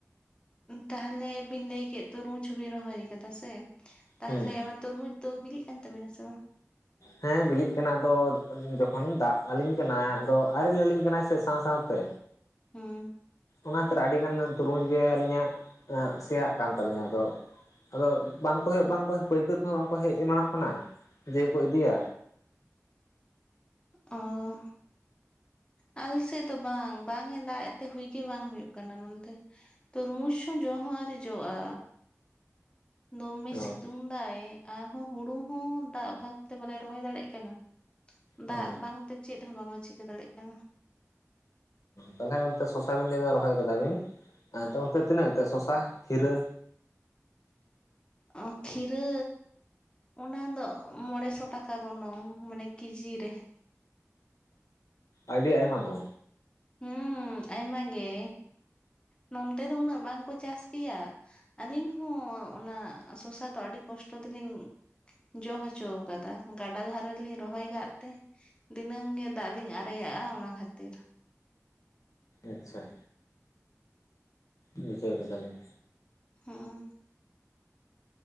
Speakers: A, on the left (about 20°); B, on the left (about 85°).
A: ᱛᱟᱦᱚᱞᱮ ᱵᱤᱱ ᱞᱟᱹᱭ ᱠᱮᱫ ᱛᱩᱨᱵᱩᱡᱽ ᱦᱚᱚᱵᱤᱱ ᱨᱚᱦᱚᱭ ᱟᱠᱟᱫᱟ ᱥᱮ ᱛᱟᱦᱚᱞᱮ
B: ᱦᱩᱸ
A: ᱚᱱᱟ? ᱛᱩᱨᱢᱩᱡᱽ ᱫᱚ ᱵᱤᱞᱤᱜ ᱠᱟᱱ ᱛᱟᱵᱤᱱᱟ ᱥᱮ ᱵᱟᱝ?
B: ᱦᱮᱸ ᱵᱤᱞᱤᱜ ᱠᱟᱱᱟ ᱟᱫᱚ ᱡᱚᱠᱷᱚᱱ ᱫᱟᱜ ᱟᱞᱤᱧ ᱠᱟᱱᱟ ᱟᱫᱚ ᱟᱨᱮᱞ ᱟᱹᱞᱤᱧ ᱠᱟᱱᱟᱭ ᱥᱮ ᱥᱟᱶ ᱥᱟᱶᱛᱮ᱾
A: ᱦᱩᱸ
B: ᱚᱱᱟ ᱛᱤᱨ ᱟᱹᱰᱤᱜᱟᱱ ᱛᱩᱨᱵᱩᱡ ᱜᱮ ᱟᱹᱞᱤᱧᱟᱜ ᱥᱮᱭᱟᱜ ᱠᱟᱱ ᱛᱟᱹᱞᱤᱧᱟ ᱟᱫᱚ ᱟᱫᱚ ᱵᱟᱝᱠᱚ ᱦᱩᱭᱩᱜ ᱵᱟᱝᱠᱚ ᱯᱟᱹᱭᱠᱟᱹᱨ ᱠᱚᱦᱚᱸ ᱵᱟᱝᱠᱚ ᱦᱮᱡ ᱮᱢᱟᱱᱚᱜ ᱠᱟᱱᱟ ᱡᱮᱠᱚ ᱤᱫᱤᱭᱟ
A: ᱚᱸ ᱟᱞᱮ ᱥᱮᱫ ᱫᱚ ᱵᱟᱝ ᱵᱟᱝ ᱮ ᱫᱟᱜ ᱮ ᱛᱮ ᱦᱩᱭᱜᱮ ᱵᱟᱝ ᱦᱩᱭᱩᱜ ᱠᱟᱱᱟ ᱱᱚᱱᱛᱮ ᱛᱚᱨᱢᱩᱡᱽ ᱦᱚᱸ ᱡᱚ ᱦᱚᱸ ᱟᱨᱤ ᱡᱚᱜᱼᱟ ᱫᱚᱢᱮ
B: ᱚ
A: ᱥᱤᱛᱩᱝ ᱫᱟᱭ ᱟᱨᱦᱚᱸ ᱦᱩᱲᱩ ᱫᱟᱜ ᱵᱷᱟᱵ ᱛᱮ ᱵᱟᱞᱮ ᱨᱚᱦᱚᱭ ᱫᱟᱲᱮᱜ ᱠᱟᱱᱟ
B: ᱦᱩᱸ
A: ᱫᱟᱜ ᱵᱟᱝᱛᱮ ᱪᱮᱫ ᱦᱚᱸ ᱵᱟᱝᱠᱚ ᱪᱤᱠᱟᱹ ᱫᱟᱲᱮᱜ ᱠᱟᱱᱟ᱾
B: ᱛᱟᱦᱚᱞᱮ ᱚᱱᱛᱮ ᱥᱚᱥᱟ ᱵᱤᱱ ᱞᱟᱹᱭᱟ ᱨᱚᱦᱚᱭ ᱠᱟᱫᱟᱵᱤᱱ ᱚᱱᱛᱮ ᱛᱤᱱᱟᱹᱜ ᱠᱟᱛᱮᱫ ᱥᱚᱥᱟ ᱦᱤᱨᱟᱹ?
A: ᱚ ᱠᱷᱤᱨᱟᱹ ᱚᱱᱟ ᱫᱚ ᱢᱚᱬᱮᱥᱚ ᱴᱟᱠᱟ ᱜᱚᱱᱚᱝ ᱢᱟᱱᱮ ᱠᱮᱡᱤ ᱨᱮ᱾
B: ᱟᱹᱰᱤ ᱟᱭᱢᱟ ᱫᱚ
A: ᱦᱩᱸ ᱟᱭᱢᱟ ᱜᱮ ᱱᱚᱱᱛᱮ ᱫᱚ ᱩᱱᱟᱹᱜ ᱵᱟᱝᱠᱚ ᱪᱟᱥ ᱜᱮᱭᱟ᱾ ᱟᱹᱞᱤᱧ ᱦᱚᱸ ᱚᱱᱟ ᱥᱚᱥᱟ ᱫᱚ ᱟᱹᱰᱤ ᱠᱚᱥᱴᱚ ᱛᱮᱞᱤᱧ ᱡᱚ ᱦᱚᱪᱚ ᱠᱟᱫᱟ ᱜᱟᱰᱟ ᱫᱷᱟᱨᱮ ᱞᱤᱧ ᱨᱚᱦᱚᱭ ᱠᱟᱜ ᱛᱮ ᱫᱤᱱᱟᱹᱢ ᱜᱮ ᱫᱟᱜ ᱞᱤᱧ ᱟᱨᱮᱭᱟᱜᱼᱟ ᱚᱱᱟ ᱠᱷᱟᱹᱛᱤᱨ
B: ᱟᱪᱪᱷᱟ ᱵᱩᱡᱟᱹᱣ ᱠᱮᱫᱟ ᱞᱤᱧ
A: ᱦᱩᱸᱜ ᱚᱸ